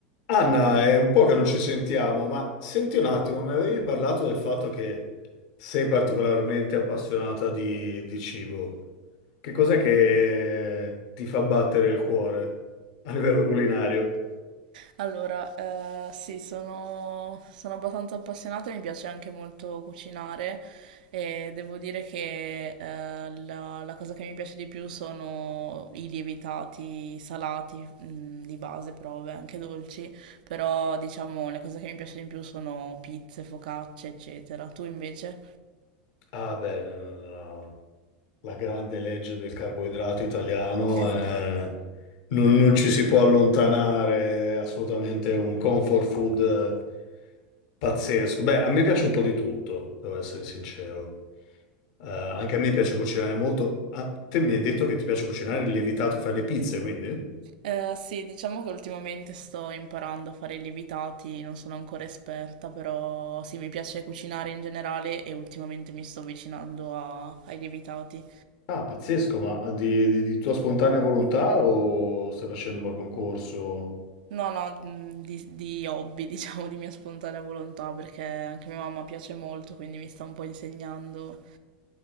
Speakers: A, on the left; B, on the right.
A: Anna, è un po' che non ci sentiamo, ma senti un attimo, mi avevi parlato del fatto che sei particolarmente appassionata di, di cibo. Che cos'è che ti fa battere il cuore a livello culinario?
B: Allora, eh, sì, sono, sono abbastanza appassionata e mi piace anche molto cucinare e devo dire che eh, la, la cosa che mi piace di più sono i lievitati salati, mm, di base, però vabbè, anche dolci, però diciamo le cose che mi piacciono di più sono pizze, focacce, eccetera. Tu invece?
A: Ah, beh, no, no, no. La grande legge del carboidrato italiano,
B: <laughs> Esatto.
A: eh, non, non ci si può allontanare, è assolutamente un comfort food eh, pazzesco. Beh, a me piace un po' di tutto, devo essere sincero. Eh, anche a me piace cucinare molto. Ah, te mi hai detto che ti piace cucinare il lievitato, fai le pizze, quindi?
B: Eh, sì, diciamo che ultimamente sto imparando a fare i lievitati, non sono ancora esperta, però sì, mi piace cucinare in generale e ultimamente mi sto avvicinando a- ai lievitati.
A: Ah, pazzesco, ma di, di- di tua spontanea volontà o stai facendo proprio un corso?
B: No, no, mh, di, di hobby, <laughs> diciamo, di mia spontanea volontà, perché anche mia mamma piace molto, quindi mi sta un po' insegnando.